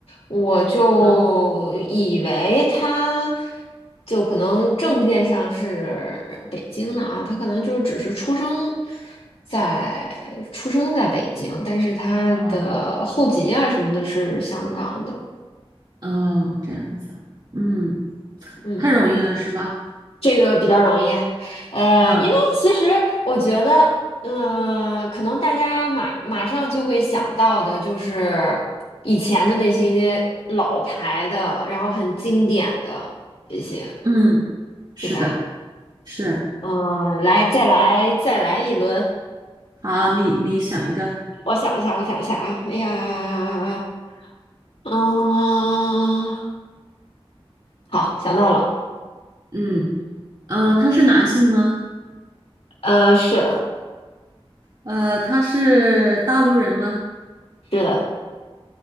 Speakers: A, on the left; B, on the right.
A: 我就以为他
B: 啊，
A: 就可能证件上是北京的啊，他可能就是只是出生在出生在北京，但是他的户籍啊什么的是香港的，
B: 哦哦，这样子，嗯，
A: 嗯。
B: 太容易了是吧？
A: 这个比较容易，呃，
B: 啊，
A: 因为其实我觉得，嗯、可能大家马马上就会想到的就是以前的那些老牌的，然后很经典的这些，
B: 嗯，是的，
A: 对吧？
B: 是。
A: 嗯、来，再来，再来一轮，
B: 好，你你想一个，
A: 我想一下，我想一下啊，哎呀，嗯、好，想到了，
B: 嗯，呃，他是男性吗？
A: 呃，是的，
B: 呃，他是大陆人吗？
A: 是的，